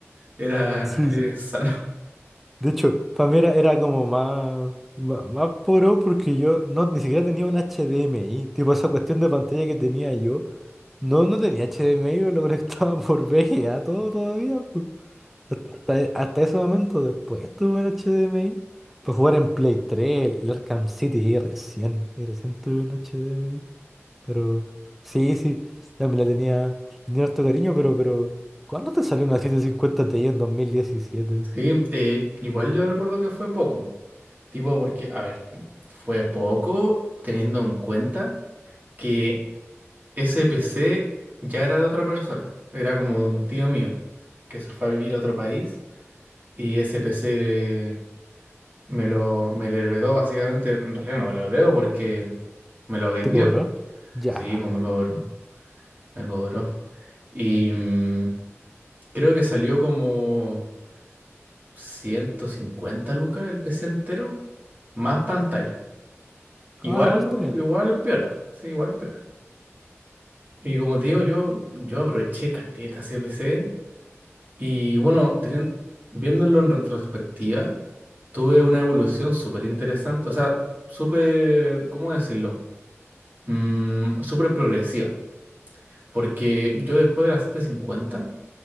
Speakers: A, on the right (about 40°); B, in the centre.
A: Era,
B: sí,
A: <laughs> era
B: sí.
A: insano.
B: De hecho, para mí era, era como más, más, más porón porque yo no, ni siquiera tenía un HDMI, tipo esa cuestión de pantalla que tenía yo, no, no tenía HDMI, yo lo conectaba <laughs> por VGA todo todavía. Hasta, hasta ese momento, después estuve en HDMI. para jugar en Play 3, el, el Arkham City, y recién, y recién tuve un HDMI. Pero sí, sí, ya me la tenía, tenía harto cariño, pero, pero, ¿cuándo te salió una 750 Ti en dos mil diecisiete
A: Sí, eh, igual yo recuerdo que fue poco, tipo porque, a ver, fue poco teniendo en cuenta que ese PC ya era de otra persona, era como de un tío mío que se fue a vivir a otro país y ese PC me lo, me lo heredó básicamente, en realidad no me lo heredó porque me lo vendió,
B: ¿Te cobró? Ya.
A: sí, pues me cobró, me cobró. Y mm, creo que salió como... 150 lucas el PC entero, más pantalla. Igual,
B: Ah, igual está bien.
A: igual piola. Sí, igual piola. Y como te digo, yo, yo aproveché caleta ese PC. Y bueno, teni- viéndolo en retrospectiva, tuve una evolución súper interesante. O sea, súper, ¿cómo decirlo? Mm, súper progresiva. Porque yo después de la 750